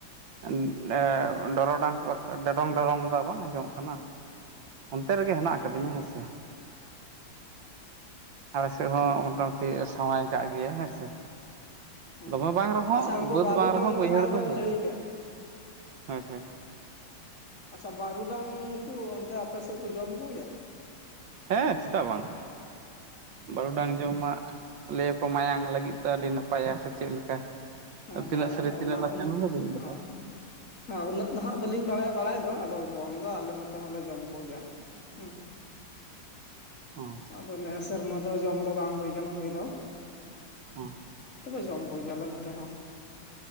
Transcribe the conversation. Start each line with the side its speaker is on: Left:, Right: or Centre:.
Right: ᱩᱸᱜ ᱮ ᱰᱚᱨᱚᱰᱟᱝ ᱠᱚ ᱰᱚᱨᱚᱝ ᱰᱚᱨᱚᱝ ᱫᱚ ᱵᱟᱝ ᱟᱡᱚ ᱢᱚᱜ ᱠᱟᱱᱟ? ᱚᱱᱛᱮ ᱨᱮᱜᱮ ᱦᱮᱸᱱᱟᱜ
Left: ᱦᱩᱸ
Right: ᱠᱟᱫᱤᱧᱟ ᱦᱮᱸᱥᱮ᱾ ᱟᱞᱮ ᱥᱮᱫ ᱦᱚᱸ
Left: ᱟᱪᱪᱷᱟ
Right: ᱢᱳᱴᱟ-ᱢᱩᱴᱤ ᱥᱟᱣᱟᱭ ᱠᱟᱜ ᱜᱮᱟᱭ ᱦᱮᱸᱥᱮ᱾
Left: ᱦᱩᱸ
Right: ᱫᱚᱢᱮ ᱵᱟᱝ ᱨᱮᱦᱚᱸ
Left: ᱟᱪᱪᱷᱟ ᱩᱱᱠᱩ
Right: ᱵᱟᱹᱫᱽ
Left: ᱵᱟᱹᱨᱩᱰᱟᱝ
Right: ᱵᱟᱝ ᱨᱮᱦᱚᱸ ᱵᱟᱹᱭᱦᱟᱹᱲ
Left: ᱡᱟᱦᱟᱸ ᱵᱮᱱ
Right: ᱫᱚ ᱦᱩᱭ
Left: ᱞᱟᱹᱭ ᱠᱮᱫ
Right: ᱠᱟᱱᱟ ᱦᱳᱭ ᱦᱳᱭ᱾
Left: ᱟᱪᱪᱷᱟ ᱵᱟᱨᱩᱰᱟᱝ ᱠᱩ ᱚᱱᱛᱮ ᱟᱯᱮᱥᱮᱫ ᱠᱩ ᱡᱚᱢ ᱠᱩ ᱜᱮᱭᱟ?
Right: ᱦᱮᱸ ᱪᱮᱫᱟᱜ ᱵᱟᱝ ᱵᱟᱨᱩᱰᱟᱝ
Left: ᱦᱮᱸ
Right: ᱡᱚᱢ ᱢᱟ ᱞᱮ ᱭᱟᱠᱚ ᱢᱟᱭᱟᱝ ᱞᱟᱹᱜᱤᱫ ᱛᱮ ᱟᱹᱰᱤ ᱱᱟᱯᱟᱭᱟ ᱥᱮ ᱪᱮᱫ ᱞᱮᱠᱟ᱾
Left: ᱦᱮᱸ
Right: ᱛᱤᱱᱟᱹᱜ
Left: ᱦᱮᱸ
Right: ᱥᱟᱹᱨᱤ ᱛᱤᱱᱟᱹᱜ ᱱᱟᱥᱮ
Left: ᱩᱱᱟᱹᱜ
Right: ᱚᱱᱟ ᱫᱚ ᱵᱟᱹᱧ ᱵᱟᱲᱟᱭᱟ᱾
Left: ᱦᱮᱸ ᱦᱮᱸ ᱩᱱᱟᱹᱜ ᱫᱚ ᱦᱟᱸᱜ ᱵᱟᱹᱞᱤᱧ ᱵᱟᱲᱟᱭᱟ ᱵᱟᱲᱟᱭ ᱫᱚ ᱟᱫᱚ ᱡᱚᱢ ᱫᱚ ᱟᱞᱮ ᱱᱚᱛᱮ ᱦᱚᱸᱞᱮ ᱡᱚᱢ ᱠᱚᱜᱮᱭᱟ᱾ ᱦᱩᱸ᱾
Right: ᱚᱸᱻ
Left: ᱟᱫᱚ ᱱᱮ ᱥᱮᱨᱢᱟ ᱫᱚ ᱡᱚᱢ ᱫᱚ ᱵᱟᱝ ᱦᱩᱭ ᱟᱠᱟᱱᱟ ᱦᱩᱭ ᱫᱚ ᱾
Right: ᱦᱩᱸᱻ
Left: ᱛᱚᱵᱮ ᱡᱚᱢ ᱠᱚᱜᱮᱭᱟ ᱞᱮ ᱱᱚᱛᱮ ᱦᱚᱸ